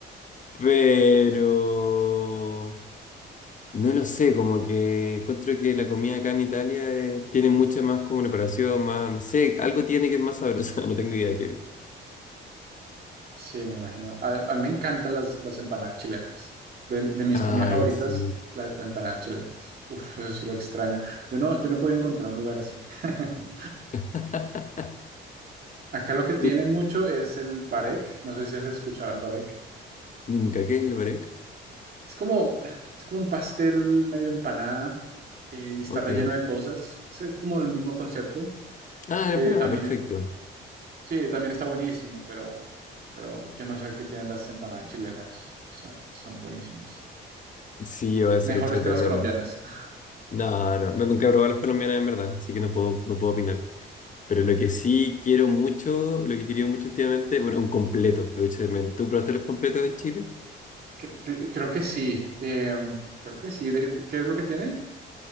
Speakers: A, on the left; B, on the right.
A: pero... No lo sé, como que encuentro que la comida acá en Italia eh, tiene mucha más como preparación, más, no sé, algo tiene que es más sabrosa, <laughs> no tengo idea de qué es.
B: sí, me imagino. A, a mí me encantan las, las empanadas chilenas. De, de mis
A: Ay,
B: comidas favoritas,
A: sí.
B: la, la empanada chilena. Uf, eso sí lo extraño. Yo no, yo no he podido encontrar un lugar así. <laughs>
A: <laughs>
B: Acá lo que tienen
A: Uy,
B: mucho es el barek. No sé si has escuchado el barek.
A: Nunca, ¿qué es el barec?
B: Es como, es como un pastel medio empanada eh, y está
A: Ok.
B: relleno de cosas. Es eh, como el mismo concepto.
A: Ah, la
B: Eh,
A: empanada,
B: también,
A: perfecto.
B: eh, sí, también está buenísimo, pero, pero yo no sé qué tienen las empanadas chilenas. y Son, son buenísimas.
A: Sí, voy a hacer
B: Mejores
A: echar
B: que
A: de
B: las
A: menos.
B: colombianas. <laughs>
A: No, no, no, nunca he probado las colombianas en verdad, así que no puedo, no puedo opinar. Pero lo que sí quiero mucho, lo que he querido mucho últimamente, bueno, un completo, lo he hecho de menos. ¿Tú probaste los completos en Chile?
B: Que- cre- Creo que sí. eh, creo que sí. De- de- ¿Qué es lo que tiene?